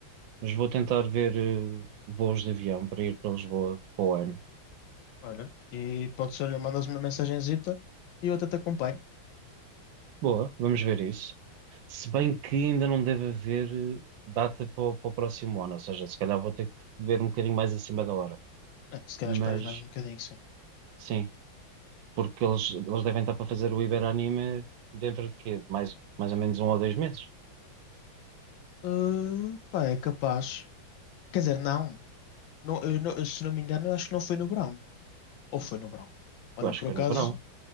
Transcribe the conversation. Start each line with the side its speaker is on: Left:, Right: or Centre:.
Right: Mas vou tentar ver eh, voos de avião para ir para Lisboa para o ano.
Left: Olha, e pode ser, olha, mandas-me uma mensagenzita e eu até te acompanho.
Right: Boa, vamos ver isso. Se bem que ainda não deve haver eh, data para, o para o próximo ano, ou seja, se calhar vou ter que ver um bocadinho mais acima da hora.
Left: É, se calhar
Right: Mas
Left: esperas mais um bocadinho, sim.
Right: sim, porque eles, eles devem estar para fazer o Iberanime dentro de quê? Mais, mais ou menos um ou dois meses.
Left: Ah, pá, é capaz. Quer dizer, não. Não, eu não- Se não me engano, eu acho que não foi no verão. Ou foi no verão. Olha,
Right: Eu acho
Left: por
Right: que foi
Left: acaso,
Right: no verão.